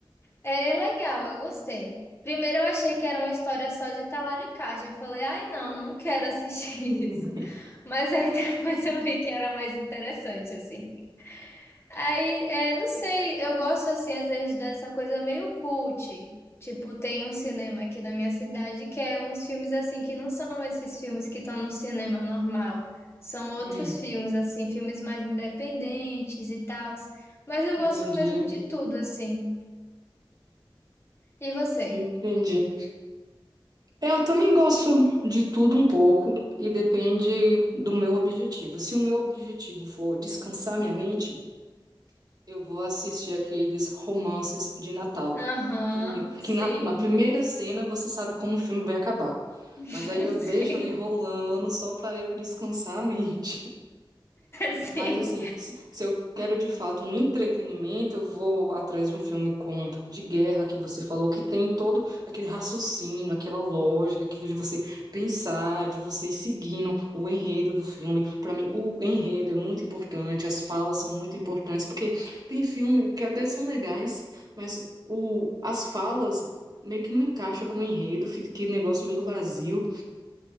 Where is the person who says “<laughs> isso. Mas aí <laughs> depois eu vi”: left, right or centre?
Left